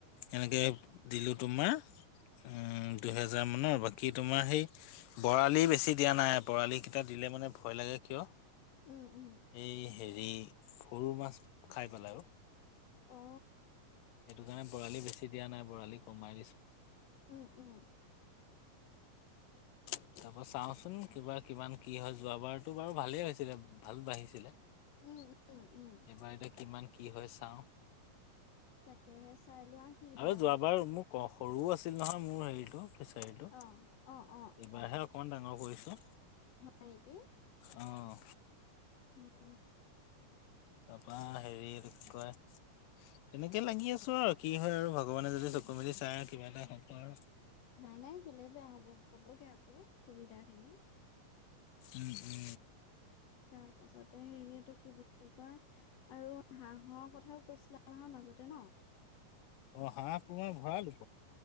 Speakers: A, on the left; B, on the left.
A: এনেকে। দিলো তোমাৰ। উম দুহেজাৰ মানৰ বাকী তোমাৰ সেই, বৰালি বেছি দিয়া নাই বৰালি কেইটা দিলে মানে ভয় লাগে কিয়,
B: উম, উম,
A: এই হেৰি। সৰু মাছ খাই পেলাই আৰু।
B: অ',
A: সেইটো কাৰণে বৰালি বেছি দিয়া নাই বৰালি কমাই দিছো।
B: উম উম।
A: <unintelligible> তাৰপা চাওঁচোন কিবা কিমান কি হয় যোৱাবাৰতো বাৰু ভালেই হৈছিলে ভাল বাঢ়িছিলে।
B: উম,
A: এইবাৰ
B: উম, উম,
A: এতিয়া কিমান কি হয় চাওঁ।
B: তাকেহে চাই লোৱা কি হয়
A: আৰু যোৱাবাৰ মোক। সৰুও আছিল নহয় মোৰ হেৰিটো ফিচাৰীটো
B: অ', অ', অ',
A: এইবাৰহে
B: অ',
A: অকমান ডাঙৰ কৰিছো।
B: হয় নেকি?
A: অ।
B: উম,
A: তাৰপৰা হেৰি কয়। তেনেকে লাগি আছো আৰু কি হয় আৰু ভগৱানে যদি চকু মেলি চাই। কিবা এটা হ'ব আৰু
B: নাই নাই কেলে বেয়া হ'ব হ'বগে আকৌ সুবিধা খিনি।
A: উ এ।
B: তাৰ পাছতে হেৰিয়েটো কি বুলি কয় আৰু হাঁহৰ কথাও কৈছিলা নহয় মা জতে ন
A: <inaudible> অঁ হাঁহ তোমাৰ ভৰালো